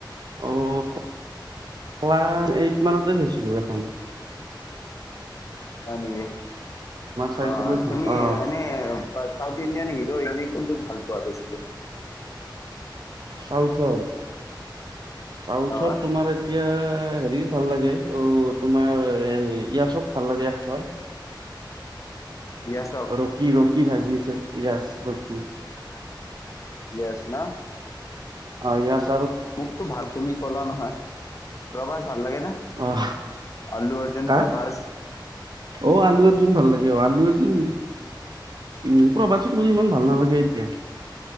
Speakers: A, on the right; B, on the left.
A: অ ক্লাছ এইট মানতে চাইছিলো এইখন
B: হয় নেকি
A: চাইছিলো
B: অ
A: এখন
B: তুমি
A: অ',
B: এনে চাথ ইণ্ডিয়ান হিৰ' কোনটোক ভাল পোৱা বেছিকে
A: চাওচৰ চাউথত
B: অঁ
A: তোমাৰ এতিয়া হেৰি ভাল লাগে অ তোমাৰ ইয়াচক ভাল লাগে এক্টৰ
B: য়েছক
A: ৰকি ৰকি ভাজিছে পিয়াস ৰকি
B: ইয়েচ ন
A: অ ইয়চ
B: মোকতো ভাল তুমি কলা নহয় প্ৰভাচ ভাল লাগে ন
A: অ
B: আল্লু অৰ্জুন
A: কা
B: প্ৰভাস
A: অ আল্লু অৰ্জুন লাগে আল্লু অৰ্জুন উম প্ৰভাচক মোৰ ইমান ভাল নালাগে এতিয়া